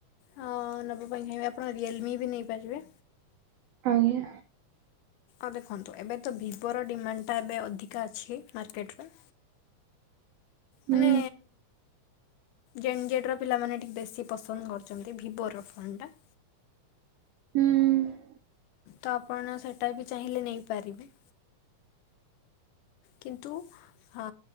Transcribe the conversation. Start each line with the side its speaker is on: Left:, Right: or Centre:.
Left: ହଁ ନେବା ପାଇଁ ହେଲେ ଆପଣ ରିଅଲମି ବି ନେଇପାରିବେ।
Right: ଆଜ୍ଞା।
Left: ଆଉ ଦେଖନ୍ତୁ ଏବେ ତ ଭିବୋର ଡିମାଣ୍ଡଟା ଏବେ ଅଧିକା ଅଛି ମାର୍କେଟରେ
Right: ହୁଁ
Left: ମାନେ ଜେନ୍ ଜେଡ ର ପିଲାମାନେ ଟିକେ ବେଶୀ ପସନ୍ଦ କରୁଚନ୍ତି ଭିବୋର ଫୋନ୍ ଟା।
Right: ହୁଁ ଉଁ
Left: ତ ଆପଣ ସେଟା ବି ଚାହିଁଲେ ନେଇପାରିବେ। କିନ୍ତୁ ହଁ